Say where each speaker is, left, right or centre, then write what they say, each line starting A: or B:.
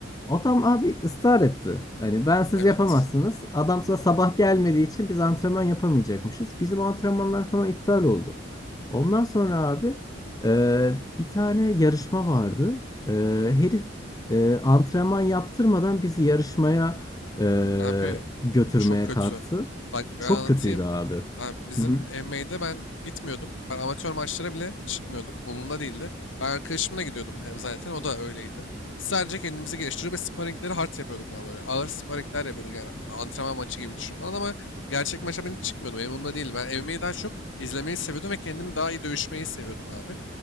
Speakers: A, on the left (about 20°); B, on the left (about 80°).
A: Adam abi ısrar etti. Hani ben siz
B: Evet.
A: yapamazsınız. Adam size sabah gelmediği için biz antrenman yapamayacakmışız. Bizim antrenmanlar falan iptal oldu. Ondan sonra abi e, bir tane yarışma vardı. E, herif e, antrenman yaptırmadan bizi yarışmaya e,
B: Abi
A: götürmeye
B: çok kötü.
A: kalktı.
B: Bak ben
A: Çok
B: anlatayım.
A: kötüydü abi.
B: Abi bizim
A: Hı hı,
B: MMA'de ben gitmiyordum. Ben amatör maçlara bile çıkmıyordum. Umurumda değildi. Ben arkadaşımla gidiyordum hem zaten. O da öyleydi. Biz sadece kendimizi geliştirip ve sparringleri hard yapıyorduk ama böyle. Ağır sparringler yapıyorduk yani. Antrenman maçı gibi düşün falan ama gerçek maça ben hiç çıkmıyordum. Benim umurumda değil. Ben MMA'yi daha çok izlemeyi seviyordum ve kendimi daha iyi dövüşmeyi seviyordum abi.